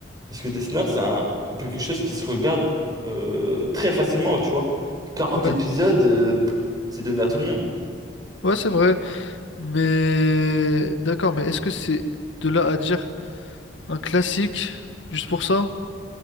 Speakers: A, on the right (about 20°); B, on the left (about 80°).
A: Parce que Death Note, c'est un- quelque chose qui se regarde euh, très facilement, tu vois. Quarante
B: Ouais,
A: épisodes, euh, c'est donné à tout le monde.
B: ouais, c'est vrai, mais d'accord, mais est-ce que c'est de là à dire un classique juste pour ça?